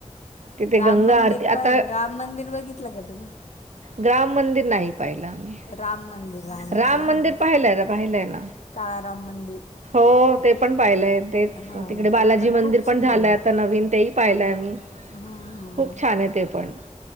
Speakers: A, on the right (about 80°); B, on the left (about 75°).
A: तिथे
B: राम
A: गंगा
B: मंदिर
A: आरती आता
B: पण आहे राम मंदिर बघितलं का तुम्ही?
A: ग्राम मंदिर नाही पाहिलं आम्ही.
B: राम मंदिर रामाचं
A: राम
B: मंदिर
A: पाहिलंय ना, पाहिलंय ना.
B: काळाराम मंदिर.
A: हो ते पण पाहिलंय तेच
B: हा
A: तिकडे बालाजी
B: ते
A: मंदिर
B: खूप सुंदर
A: पण झालंय
B: आहे
A: आता नवीन तेही पाहिलंय मी.
B: हम्म हम्म
A: खूप छान आहे ते पण.